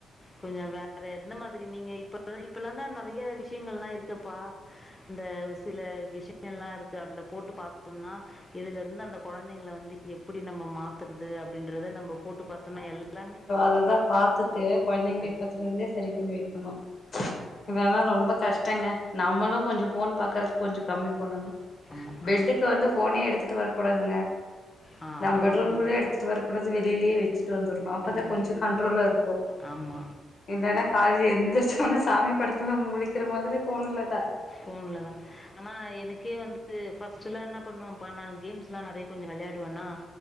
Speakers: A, on the left; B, on the left.
A: கொஞ்சோ வேற எந்த மாதிரி நீங்க இப்பல இப்பல்லாந்தா நெறைய விஷயங்கள்ல்லா இருக்குப்பா இந்த சில விஷயோ எல்லா இருக்கு அதுல போட்டு பாத்தோம்னா இதுல இருந்து அந்த குழந்தைங்கள வந்து எப்டி நம்ம மாத் துறது அப்டின்றத நம்ம போட்டு பாத்தோன்னா எல்லாமே
B: அதா பாத்துட்டு குழந்தைங்க
A: அ
B: இப்பத் தில இருந்தே செரி பண்ணி வெக்கணு இல்லனா ரொம்ப கஷ்டங்க நம்மளு கொஞ்சோ ஃபோன் பாக்கறத கொஞ்சோ கம்மி பண்ணணு
A: ஆமா.
B: பெட்டுக்கு வந்து ஃபோனே எடுத்துட்டு வர கூடாதுங்க
A: ஆ
B: நம்
A: அது
B: பெட்ரூம்குள்ளயே
A: உண்மதான்.
B: எடுத்துட்டு வர கொஞ்சோ வெளிலியே வெச்சிட்டு வந்துருனோ அப்பதா
A: ம்.
B: கொஞ்சோ கண்ட்ரோலா இருப்போ
A: ஆமா.
B: இந்தன காலேஜ் எந்தர்ச்சுன்னே சாமி படத்துல முழிக்கிற மாதிரி ஃபோன்ல தா
A: ஃபோன்லதா ஆனா எனக்கே வந்து ஃபர்ஸ்ட்டெல்லா என்ன பண்ணுவ பா நா கேம்ஸ் ல்லா நெறைய கொஞ்சோ விளையாடுவன்னா